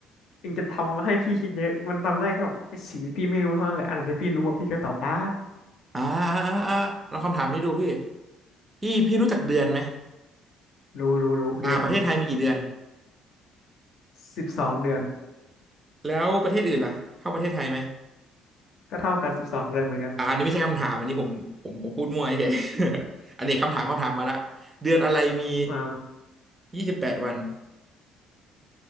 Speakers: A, on the left; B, on the right.
A: ถึงจะทำให้พี่คิดเยอะมันทำได้ครับในสิ่งที่พี่ไม่รู้เท่านั้นแหละอันไหนที่พี่รู้อะพี่ก็ตอบได้
B: อ่าอ่าอ่าอ่าลองคำถามนี้ดูพี่พี่พี่รู้จักเดือนไหม
A: รู้รู้รู้เดือน
B: อ่าประเทศไทยมีกี่เดือน
A: สิบสองเดือน
B: แล้วประเทศอื่นล่ะเข้าประเทศไทยไหม
A: ก็เท่ากันสิบสองเดือนเหมือนกัน
B: อ่าอันนี้ไม่ใช่คำถามอันนี้ผมผมผมพูดมั่วเฉย <laughs> อันนี้คำถามคำถามมาละเดือนอะไรมี
A: มา
B: ยี่สิบแปดวัน